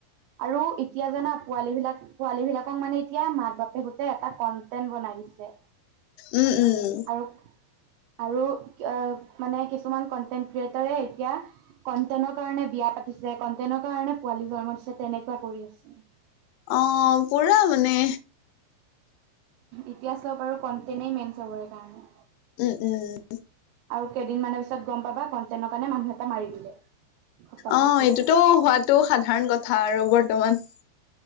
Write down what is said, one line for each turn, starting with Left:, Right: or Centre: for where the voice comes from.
Right: আৰু এতিয়া জানা পোৱালীবিলাক পোৱালীবিলাকক মানে এতিয়া মাক-বাপেকহঁতে এটা কন্টেন্ট বনাই দিছে।
Left: উম, উম,
Right: আৰু আৰু মানে আ কিছুমান কণ্টেণ্ট ক্ৰিয়েটাৰে এতিয়া কন্টেণ্টৰ কাৰণে বিয়া পাতিছে, কনটেনৰ কাৰণে পোৱালি জন্ম দিছে। তেনেকুৱা কৰি আছে।
Left: অ' পুৰা মানে।
Right: এতিয়া চব আৰু কণ্টেনে মেইন চবৰে কাৰণে।
Left: উম, উম।
Right: আৰু কেইদিনমানৰ পিছত গম পাবা, কণ্টেণ্টৰ কাৰণে মানুহ এটা মাৰি দিলে। খতম
Left: অ'
Right: তেতিয়া।
Left: এইটোতো হোৱাটো সাধাৰণ কথা আৰু। বৰ্তমান